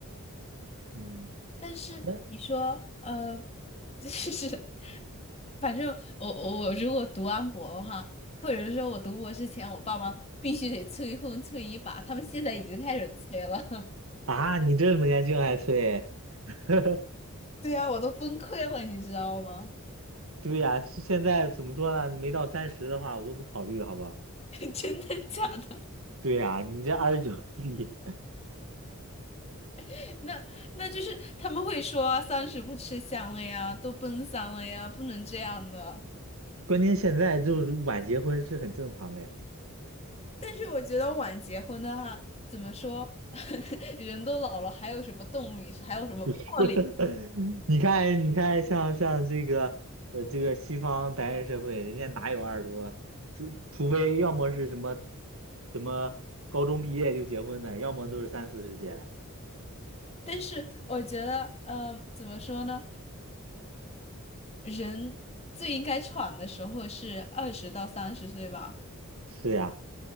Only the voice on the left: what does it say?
但是你说，
呃，就是 <laughs>，反正我我我如果读完博的话，或者是说我读博之前，我爸妈必须得催婚催一把，他们现在已经开始催了。<laughs>
对呀，我都崩溃了，你知道吗？
<laughs> 真的假的？
<laughs> 那那就是他们会说啊三十不吃香了呀，都奔三了呀，不能这样的。
但是我觉得晚结婚的话，怎么说，<laughs> 人都老了，还有什么动力，还有什么魄力？
但是我觉得，嗯、怎么说呢？人最应该闯的时候是二十到三十岁吧。